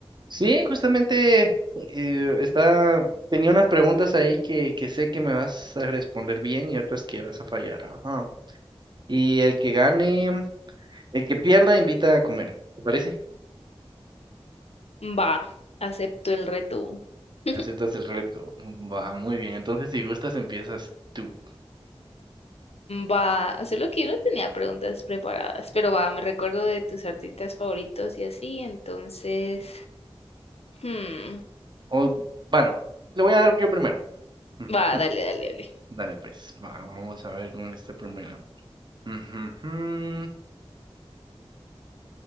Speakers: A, on the right; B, on the left.
A: Sí, justamente eh, está, tenía unas preguntas ahí que, que sé que me vas a responder bien y otras que vas a fallar. Ajá. Y el que gane, el que pierda, invita a comer. ¿Te parece?
B: Va, acepto el reto. <laughs>
A: Aceptas el reto. Va, muy bien. Entonces, si gustas, empiezas tú.
B: Va, solo que yo no tenía preguntas preparadas, pero va, me recuerdo de tus artistas favoritos y así, entonces... hmm,
A: O, bueno, le voy a dar yo primero. Ujú.
B: Va, dale, dale, dale.
A: Dale, pues, va, vamos a ver con esta primera. Ujú, ujú.